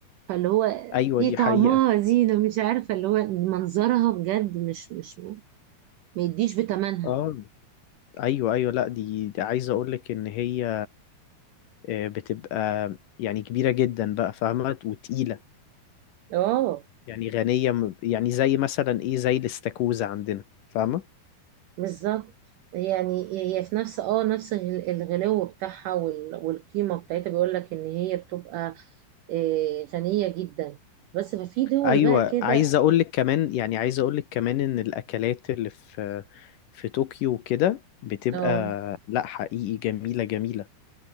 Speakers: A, on the right; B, on the left.
A: فاللي هو
B: ايوه
A: ايه
B: دي
A: طعمها
B: حقيقة
A: زينه مش عارفه اللي هو منظرها بجد مش مش ما يديش بتمنها
B: اه ايوه ايوه لا دي, دي عايز اقولك ان هي آه، بتبقى يعني كبيرة جدا بقى فاهمة وتقيلة
A: اه
B: يعني غنية م- يعني زي مثلا ايه زي الاستاكوزا عندنا فاهمة
A: بالظبط يعني هي في نفس اه نفس الغل- الغلو بتاعها وال- والقيمة بتاعتها بيقول لك ان هي بتبقى آه، غنية جدا بس ففي دول
B: ايوه
A: بقى كده
B: عايز اقول لك كمان يعني عايز اقول لك كمان ان الاكلات اللي في في طوكيو وكده بتبقى
A: اه
B: لا حقيقي جميله جميله